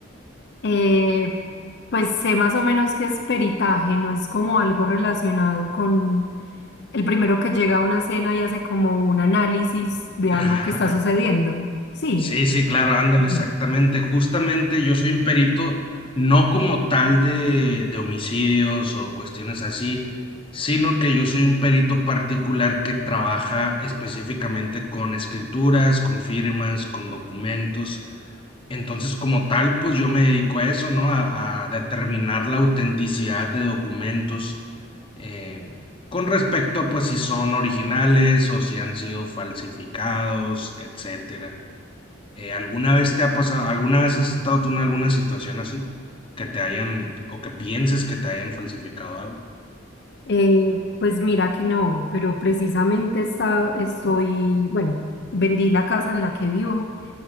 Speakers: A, on the left (about 55°); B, on the left (about 25°).
A: Eh, pues sé más o menos que es peritaje, no es como algo relacionado con el primero que llega a una cena y hace como un análisis de
B: <laughs>
A: algo que está sucediendo. Sí.
B: Sí, sí, claro, ándale,
A: Ok.
B: exactamente. Justamente yo soy un perito, no como tal de, de homicidios o cuestiones así, sino que yo soy un perito particular que trabaja específicamente con escrituras, con firmas, con documentos. Entonces, como tal, pues yo me dedico a eso, ¿no? A, a determinar la autenticidad de documentos eh, con respecto a, pues, si son originales o si han sido falsificados, etcétera. Eh, ¿alguna vez te ha pasado, alguna vez has estado tú en alguna situación así? Que te hayan, o que pienses que te hayan falsificado algo.
A: Eh, pues mira que no, pero precisamente está, estoy, bueno, vendí la casa en la que vivo